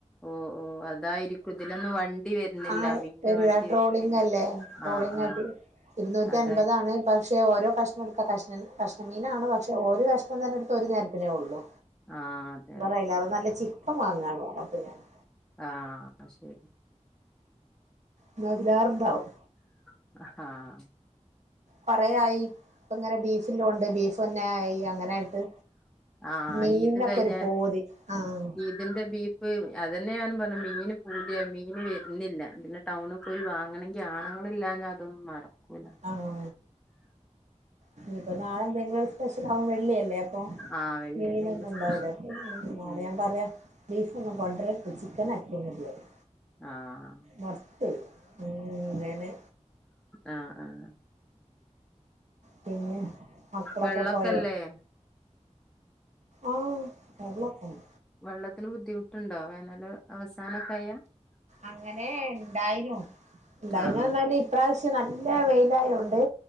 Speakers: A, in the centre; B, on the right.
A: ഓഹ് ഓഹ് അത് അതായിരിക്കും ഇതിലൊന്നും വണ്ടി വെരുന്നില്ല
B: ആ
A: മീന്റെ
B: ഒരു
A: വണ്ടി
B: ട്രോളിങ്
A: വരുന്നില്ല
B: അല്ലേ ട്രോളിങ്
A: ആഹ് ആഹ്
B: ആയിട്ട് ഇരുന്നൂറ്റി
A: അതായി
B: അൻപതാണ് പക്ഷെ ഓരോ കഷ്ണം എടുക്കാ കഷ്ണം കഷ്ണം മീനാണ് പക്ഷെ ഓരോ കഷ്ണം തന്നെ എടുത്ത് ഒരു നേരത്തിനേ ഒള്ളു.
A: ആഹ് അതെ അതെ
B: ആയിലേറെ നല്ല ചിക്കൻ വാങ്ങാണ് പറഞ്ഞു അപ്പ ഞാന്
A: ആഹ് അത് ശരി
B: ഇന്നാ ഇതിലേറെണ്ടാവും.
A: ആഹ
B: കൊറെയായി ഇപ്പ ഇങ്ങനെ ബീഫ് ഇല്ലോണ്ട് ബീഫ് തന്നെ ആയി അങ്ങനായിട്ട്
A: ആഹ്
B: മീനിനൊക്കെ
A: ഈദ് കഴിഞ്ഞ
B: ഒരു പൂതി ആഹ്
A: ഈദിന്റെ <unintelligible> അതന്നെ ഞാനും പറഞ്ഞെ മീന് പൂതിയായി മീന് വെരുന്നില്ല പിന്നെ ടൗണ് പോയി വാങ്ങണെങ്കി ഈ ആണുങ്ങളില്ലാഞ്ഞാ അതൊന്നും നടക്കൂല.
B: ആഹ് ഇനിപ്പപ്പോ നാളെ എന്തെങ്കിലും ഒരു സ്പെഷ്യല ആകും വെള്ളിയല്ലേ. അപ്പൊ
A: ആഹ് വെള്ളി
B: മീനൊന്നും
A: എന്തെങ്കിലും
B: ഉണ്ടാവല
A: സ്പെഷ്യൽ
B: എന്നാട
A: ഉം
B: ഞാൻ പറയാം.. ബീഫ് ഒന്നും കൊണ്ടുവരരുത് ചിക്കൻ ആക്കിയ മതിയെന്നു
A: ആഹ്
B: മസ്ത്ത അങ്ങനെ
A: ആഹ് ആഹ്
B: പിന്നെ മക്കളൊക്കെ
A: വെള്ളൊക്കല്ലേ
B: പോയോ.. ആഹ വെള്ളൊക്കെ ണ്ട്.
A: വെള്ളത്തിന് ബുദ്ധിമുട്ട് ഉണ്ടോ വേനല് അവസാനം ഒക്കെ ആയ
B: അങ്ങനെ ഉണ്ടായിനു ഉണ്ടായിരുന്നു
A: ആഹ്
B: പറഞ്ഞാല് ഇ പ്രാവശ്യം നല്ല വെയിലായത് കൊണ്ട്